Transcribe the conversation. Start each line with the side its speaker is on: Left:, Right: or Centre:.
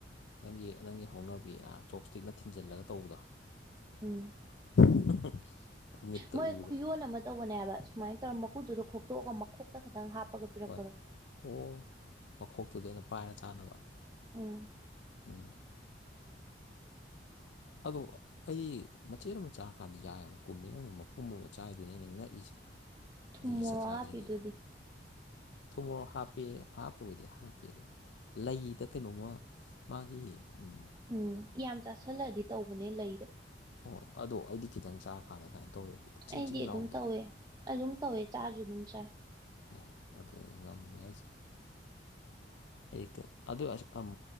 Left: ꯅꯪꯒꯤ ꯅꯪꯒꯤ ꯍꯧꯅꯕꯤ ꯑꯥ ꯆꯣꯞꯁ꯭ꯇꯤꯛꯅ ꯊꯤꯟꯖꯜꯂꯒ ꯇꯧꯕꯗꯣ
Right: ꯎꯝ
Left: <unintelligible> ꯃꯤꯠꯇ
Right: ꯃꯣꯏ
Left: ꯎꯔꯦ
Right: ꯈꯨꯌꯣꯟ ꯑꯃ ꯇꯧꯕꯅꯦ ꯍꯥꯏꯕ ꯁꯨꯃꯥꯏꯅ ꯇꯧꯔ ꯃꯀꯨꯗꯨꯗꯣ ꯈꯣꯛꯇꯣꯛꯑꯒ ꯃꯛ ꯈꯣꯛꯇ ꯈꯇꯪ ꯍꯥꯞꯄꯒ ꯄꯤꯔꯛꯄꯗꯣ
Left: ꯍꯣꯏ ꯑꯣ ꯃꯈꯣꯛꯇꯨꯗ ꯑꯣꯏꯅ ꯄꯥꯏꯔ ꯆꯥꯅꯕ
Right: ꯎꯝ
Left: ꯎꯝ ꯑꯗꯣ ꯑꯩꯗꯤ ꯃꯆꯦꯠ ꯑꯃ ꯆꯥꯔꯀꯥꯟꯗ ꯌꯥ ꯌꯥꯝ ꯀꯨꯝꯃꯦ ꯅꯪꯅ ꯃꯄꯨꯝ ꯑꯃ ꯆꯥꯏꯗꯨꯅꯦ ꯑꯩꯅ ꯉꯛꯏꯁꯦ
Right: ꯊꯨꯝ
Left: ꯑꯗꯨꯁꯨ
Right: ꯃꯣꯔꯣꯛ
Left: ꯆꯥꯛ ꯆꯥꯗ꯭ꯔꯤꯉꯩꯗ
Right: ꯍꯥꯞꯄꯤꯗꯨꯗꯤ
Left: ꯊꯨꯝ ꯃꯣꯔꯣꯛ ꯍꯥꯞꯄꯦ ꯍꯥꯞꯄꯕꯨꯗꯤ ꯍꯥꯞꯄꯦ ꯑꯗꯨ ꯂꯩꯗ ꯀꯩꯅꯣꯝꯃ ꯃꯥꯒꯤ ꯎꯝ
Right: ꯎꯝ ꯀꯌꯥꯝ ꯆꯥꯥꯁꯜꯂꯛꯗꯤ ꯇꯧꯕꯅꯦ ꯂꯩꯗ
Left: ꯍꯣꯏ ꯑꯗꯣ ꯑꯩꯗꯤ ꯈꯤꯇꯪ ꯆꯥꯔꯀꯥꯟꯗ ꯑꯗꯥꯏꯅ ꯇꯧꯔꯛꯑꯦꯕ ꯆꯤꯡ
Right: ꯑꯩꯗꯤ
Left: ꯆꯤꯡ
Right: ꯑꯗꯨꯝ
Left: ꯂꯥꯎꯕꯗꯣ
Right: ꯇꯧꯋꯦ ꯑꯗꯨꯝ ꯇꯧꯋꯦ ꯆꯥꯁꯨ ꯑꯗꯨꯝ ꯆꯥꯏ
Left: ꯑꯦ ꯑꯗꯨꯅꯦ ꯉꯝꯃꯦ ꯍꯥꯏꯁꯦ
Right: <inaudible>
Left: ꯍꯦꯛꯇ ꯑꯗꯨ ꯑꯁ ꯑꯝ